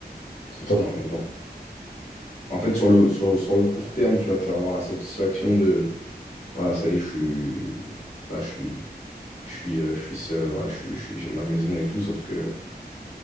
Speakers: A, on the left (about 75°); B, on the left (about 45°).
A: C'est
B: Enfin,
A: pas le-
B: on peut En fait, sur le, sur, sur le court terme, tu vois, tu vas avoir la satisfaction de, voilà, ça y est, je suis, voilà, je suis, je suis, euh, je suis seul, voilà, je suis- je suis- j'ai ma maison et tout, sauf que